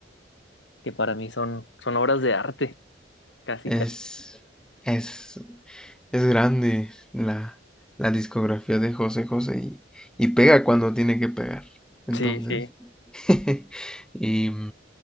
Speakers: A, on the left; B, in the centre.
A: que para mí son, son obras de arte, casi,
B: es,
A: casi.
B: es, es grande la, la discografía de José José y, y pega cuando tiene que pegar. Entonces,
A: Sí, sí.
B: <laughs> y,